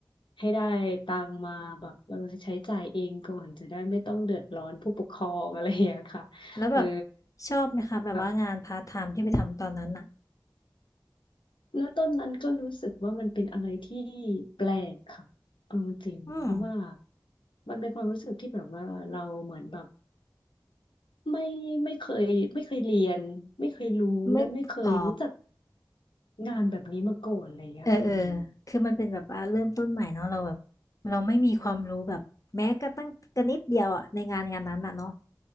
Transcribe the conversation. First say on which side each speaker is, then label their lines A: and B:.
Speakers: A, on the left; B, on the left.
A: ให้ได้ตังค์มาแบบเออใช้จ่ายเองก่อนจะได้ไม่ต้องเดือดร้อนผู้ปกครองอะไรอย่างเงี้ยค่ะ
B: แล้วแบบ
A: เออ
B: ชอบไหมคะแบบว่างานพาร์ทไทม์ที่ไปทำตอนนั้นอ่ะ
A: ค่ะแล้วต้นนั้นก็รู้สึกว่ามันเป็นอะไรที่แปลกค่ะเอาจริงๆเพราะว่า
B: อืม
A: มันเป็นความรู้สึกที่แบบว่าเราเหมือนแบบไม่ไม่เคยไม่เคยเรียนไม่เคยรู้และไม่เคยรู้จัก
B: ไม่อ๋อ
A: งานแบบนี้มาก่อนอะไรอย่างเงี้ยค่ะคุณหญิง
B: เออเออ คือมันเป็นแบบว่าเริ่มต้นใหม่เนาะเราแบบเราไม่มีความรู้แบบแม้กระตั้งกระนิดเดียวอะในงานงานนั้นอะเนาะ